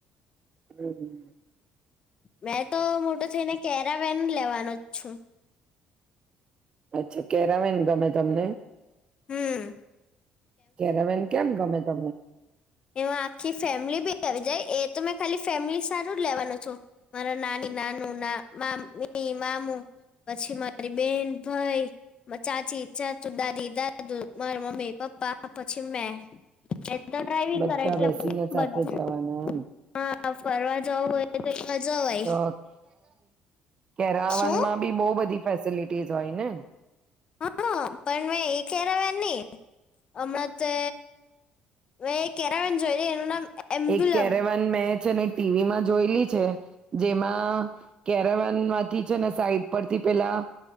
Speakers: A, on the right; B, on the left.
A: હમ્મ.
B: મેં તો મોટું થઈને કેરાવેેન લેવાન લછું.
A: અચ્છા કેરામેને ગમે તમને?
B: હમ્મ.
A: કેરામન કેમ ગમે તમ
B: એમાં આખી ફેમિલી બી કરી જાય. એ તો મે ખાલી ફેમિલી સારું જ લેવાનું છો. મારા નાની, નાનું નામ મામુ પછી, મારી બેન, ભાઈ, ચાચી, ચાચુ, દાદી, દાદુ, મારા મમ્મી, પપ્પા પછી મેં. કે તો ડ્રાઈવિંગ
A: બધા
B: કર એટલે
A: બેસીને સાથે
B: બધ
A: જવાના એમ
B: હા ફરવા જવું હોય તો, એમાં જવાય.
A: તો કેરાવન
B: શું
A: માં બી બવ બધી ફેસિલિટીસ હોયને.
B: હા, પણ મેં એ કેરાવેન નહી, હમણાં તે મેં કેરાવેન જોય એનું નામ એમ્બ્યુલમ
A: એક કેરેવાન મે છે ટીવીમાં જોયેલી છે, જેમાં કેરેવનમાંથી છે ને સાઈડ પરથી પેલા